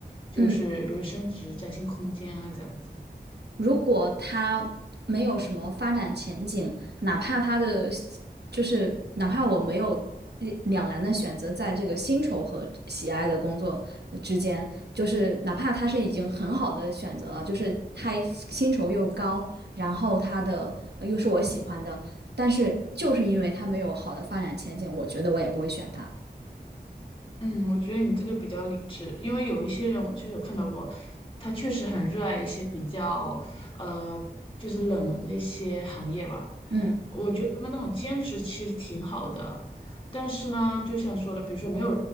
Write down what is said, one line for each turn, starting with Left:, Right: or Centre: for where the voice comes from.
Left: 就是比如升职加薪空间啊这样子。
Right: 嗯。如果他没有什么发展前景，哪怕他的就是哪怕我没有呃两难的选择，在这个薪酬和喜爱的工作之间，就是哪怕他是已经很好的选择了，就是他薪酬又高，然后他的呃又是我喜欢的，但是就是因为他没有好的发展前景，我觉得我也不会选他。
Left: 嗯，我觉得你这个比较理智，因为有一些人我确实有看到过，他确实很热爱一些比较呃，就是冷门的一些行业吧。
Right: 嗯。
Left: 我觉得他们那种兼职其实挺好的，但是呢，就像说的，比如说没有，